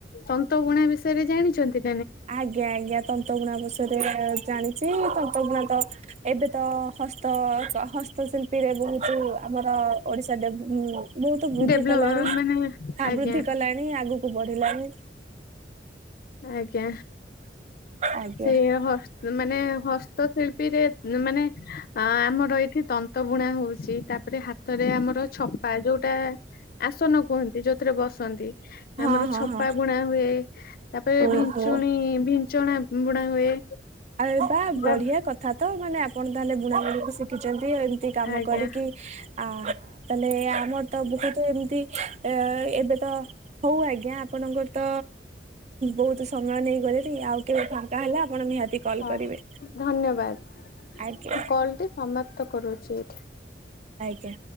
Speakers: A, on the left (about 55°); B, on the right (about 40°).
A: ତନ୍ତ ବୁଣା ବିଷୟରେ ଜାଣିଚନ୍ତି।
B: ଆଜ୍ଞା ଆଜ୍ଞା ତନ୍ତଗୁଣା ବିଷୟରେ ଜାଣିଚି ତନ୍ତଗୁଣା ତ ଏବେ ତ ହସ୍ତ ହସ୍ତଶିଳ୍ପୀରେ ବହୁତ ଆମର ଓଡିଶା ଡେଭ ଉଁ ଉଁ ବହୁତ ବୃଦ୍ଧି
A: ଡେଭଲପ
B: କଲାଣି
A: ମାନେ
B: ଆବୃଦ୍ଧି
A: ଆଜ୍ଞା
B: କଲାଣି ଆଗକୁ ବଢ। ଦିଲାନି।
A: ଆଜ୍ଞା
B: ଆଜ୍ଞା
A: ସେ ହସ ମାନେ ହସ୍ତଶିଳ୍ ପିରେ ମାନେ ଆଁ ଆମର ଏଇଠି ତନ୍ତବୁଣା ହୋଉଚି ତାପରେ ହାତରେ ଆମର ଛପା ଯୋଉଟା ଆସନ କୁହନ୍ତି ଯୋଉଥିରେ ବସନ୍ତି
B: ହଁ
A: ଆମର
B: ହଁ
A: ଛପାବୁଣା
B: ହଁ
A: ହୁଏ ତାପରେ ଭିଞ୍ଚୁଣି
B: ଓହୋ
A: ଭିଞ୍ଚଣା ବୁଣା ହୁଏ।
B: ଆରେ ବା ବଢିଆ
A: ତା
B: କଥାତ ମାନେ ଆପଣ ତାହେଲେ ବୁଣାବୁଣିକୁ ଶି କିଚନ୍ତି ଏମତି କାମ
A: ଆଜ୍ଞା।
B: କରିକି ଆ ଆ ତାଲେ ଆମରତ ବହୁତ ଏମତି ଏ ଏବେତ ହଉ ଆଗ ଜ୍ଞା ଆପଣଙ୍କର ତ ବହୁତ ସମୟ ନେଇଗଲିଣି ଆଉ କେବେ ଫାଙ୍କା ହେଲା ଆପଣ ନିହାତି କଲ୍
A: ହଁ
B: କରିବେ
A: ଧନ୍ୟବାଦ
B: ଆଜ୍ଞା
A: କଲଟି ସମତ ପ୍ତ କରୁଚି ଏଠି।
B: ଆଜ୍ଞା।